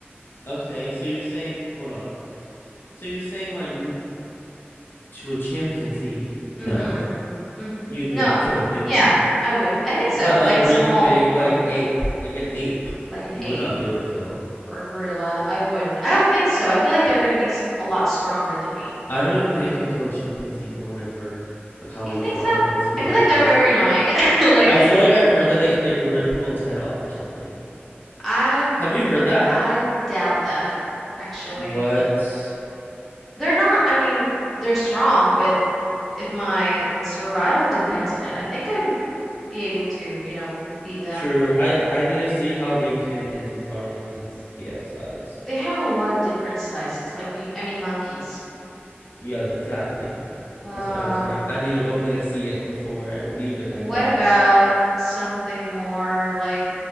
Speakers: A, on the left; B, in the centre.
A: Okay, so you're saying hold on. So you're saying like n- to a chimpanzee,
B: Mm-hmm.
A: no,
B: Mm.
A: you'd
B: No.
A: be able to kill it maybe.
B: Yeah, I would. I think so.
A: But
B: Like
A: a really
B: a small
A: big
B: one,
A: like ape, like an ape,
B: like an
A: you
B: ape
A: would not be able to kill.
B: or gorilla. I wouldn't. I don't think so. I feel like they're gonna be s- a lot stronger than me.
A: I don't even think I can kill a chimpanzee from what I've heard of how
B: You
A: like
B: think
A: strong
B: so?
A: and like smart
B: I feel like
A: they
B: they're
A: are.
B: very annoying. <laughs> Like
A: I feel like I've heard that they can like rip people's head off or something.
B: I
A: Have you heard that?
B: I doubt that actually.
A: What?
B: They're not, I mean, they're strong, but if my survival depends on it, I think I would be able to, you know, beat them.
A: True. I I need to see how big chimpanzees are like in scale size.
B: They have a lot of different sizes, like me, I mean monkeys.
A: Yeah, exactly.
B: Um,
A: That's why I was like, I need to, I would need to see it before I believe it
B: what
A: like that.
B: about something more like